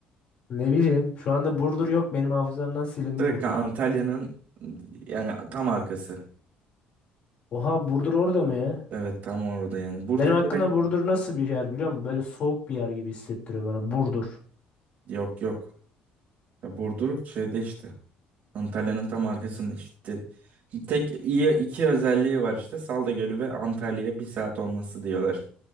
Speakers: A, on the left; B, on the right.
A: Ne bileyim. Şu anda Burdur yok. Benim hafızamdan silindi
B: Direkt
A: Burdur.
B: Antalya'nın yani tam arkası.
A: Oha Burdur orada mı ya?
B: Evet tam orada yani. Burdur
A: Benim hakkında
B: direkt
A: Burdur nasıl bir yer biliyor musun? Böyle soğuk bir yer gibi hissettiriyor bana. Burdur.
B: yok yok. Ya Burdur şeyde işte. Antalya'nın tam arkasında işte. Tek iyi iki özelliği var işte. Salda Gölü ve Antalya'ya bir saat olması diyorlar.